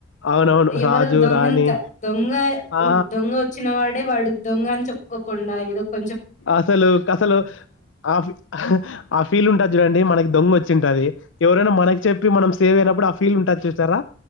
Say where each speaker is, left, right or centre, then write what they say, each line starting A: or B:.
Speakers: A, on the left; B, on the left.
A: అవునవును
B: ఎవరు
A: రాజు
B: దొంగనుతా
A: రాణి
B: దొంగ
A: ఆ
B: దొంగ వచ్చిన వాడే వాడు దొంగ అని చెప్పుకోకుండా ఇదొక
A: అసలు కసలు ఆ ఫీ ఆ ఫీల్ ఉంటది చూడండి మనకి దొంగ వచ్ వచ్చింటుది ఎవరైనా మనకి చెప్పి మనం సేవ్ అయినప్పుడు ఆ ఫీల్ ఉంటా చూస్తారా